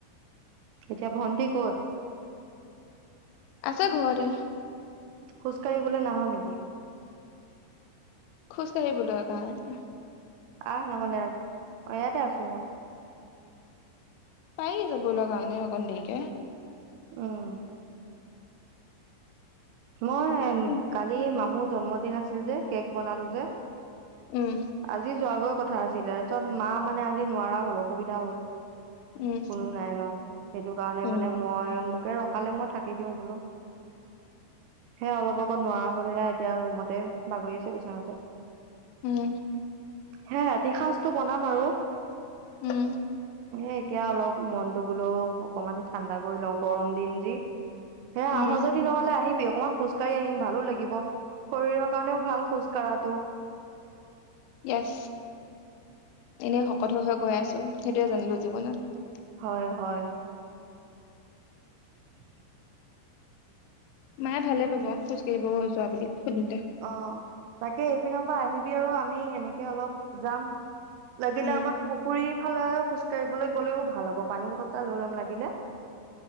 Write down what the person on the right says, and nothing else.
এতিয়া ভণ্টি কত
খোজ কাঢ়িবলৈ নাহ নেকি
আহ নহলে আজি অ ইয়াতে আছো মই
আহ মই
কালি মামু জন্মদিন আছিল যে কেক বনালো যে
আজি যোৱা গৈ কথা আছিলে চত মা মানে আজি নোৱাৰা হ'ল অসুবিধা হ'ল
কোনো নাই ন সেইটো কাৰণে
মানে মই কিয় ৰখালে মই থাকি দিওঁ বোলো সেয়া অলপ কত নোৱাৰা হ'লেহে এতিয়া ৰুমতে বাগৰি আছে বিছনাতে
হে ৰাতি সাঁজটো বনাম আৰু
এ এতিয়া অলপ মনটো বোলো অকমান ঠাণ্ডা কৰি লওঁ গৰম দিন যি হে আহঁ
যদি নহলে আহিব অকনমান খোজ কাঢ়ি আহিম ভালো লাগিব শৰীৰৰ কাৰণেও ভাল খোজ কঢ়াটো
হয় হয় উ <inaudible>
অ তাকেই পিছপিনৰ পৰা আহিবি আৰু আমি এনেকে অলপ যাম। লাগিলে
আমাক পুখুৰী ফালেৰে খোজ কাঢ়িবলৈ গলেও ভাল হ'ব। পানী বটল এটা লৈ লম লাগিলে।